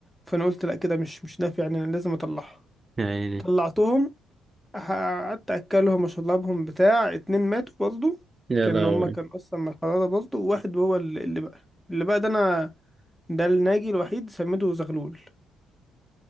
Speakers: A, in the centre; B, on the right (about 25°).
A: فانا قلت لا كده مش مش نافع يعني انا لازم اطلعها
B: يا عيني
A: طلعتهم قعدت اكلهم واشربهم بتاع اتنين ماتوا برضه
B: <laughs> يا
A: كان
B: لهوي
A: هما كان اصلا من الحرارة برضه وواحد هو اللي اللي بقى اللي بقى ده انا ده الناجي الوحيد سميته زغلول